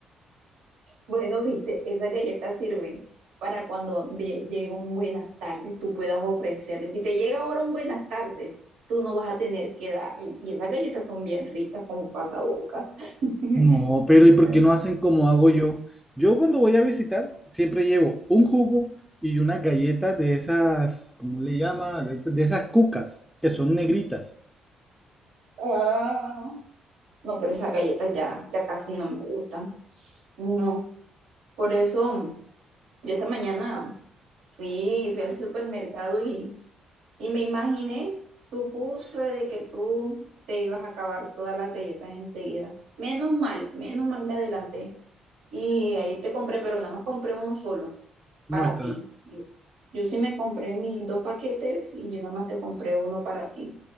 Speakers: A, on the right; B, in the centre.
A: Bueno, viste, esas galletas sirven para cuando ve- llegue un buenas tardes, tú puedas ofrecerle. Si te llega ahora un buenas tardes, tú no vas a tener que darle. Y esas galletas son bien ricas como pasabocas. <laughs>
B: No, pero
A: Buenas-
B: ¿y por qué no hacen como hago yo? Yo cuando voy a visitar siempre llevo un jugo y una galleta de esas, ¿cómo le llama? De esas de esas cucas que son negritas.
A: Ah. No, pero esas galletas ya, ya casi no me gustan. No, por eso yo esta mañana fui, fui al supermercado Y me imaginé, supuse de que tú te ibas a acabar todas las galletas enseguida. Menos mal, menos mal me adelanté. Y ahí te compré, pero nada más compré uno solo para
B: Muestra.
A: ti. Y Yo sí me compré mis dos paquetes y yo nada más te compré uno para ti.